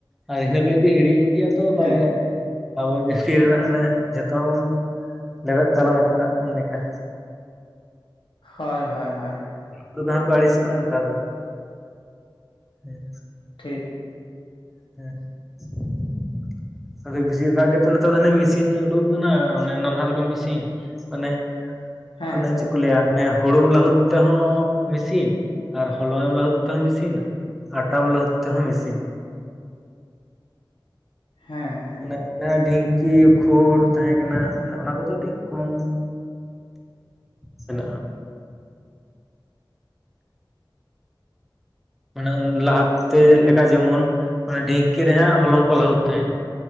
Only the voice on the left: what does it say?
ᱦᱮᱸ
ᱦᱳᱭ ᱦᱳᱭ ᱦᱳᱭ᱾
ᱴᱷᱤᱠ᱾
ᱦᱮᱸ
ᱦᱮᱸ᱾